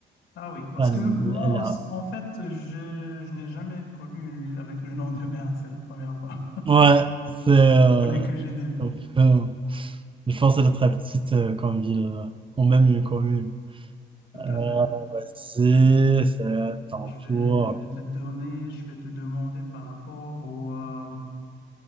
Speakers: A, on the left; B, on the right.
A: Ah oui, parce
B: Berne,
A: que moi,
B: elle
A: aussi-
B: a...
A: en fait, je, je n'ai jamais connu une ville avec le nom de Berne. C'est la première fois.
B: Ouais, c'est... euh,
A: <laughs> Je connais que Genève.
B: enfin, je pense qu'elle est très petite euh, comme ville, euh, ou même une commune.
A: Tout
B: Euh,
A: à fait.
B: vas-y, c'est ton
A: Alors, je vais,
B: tour.
A: je vais te donner, je vais te demander par rapport au... euh,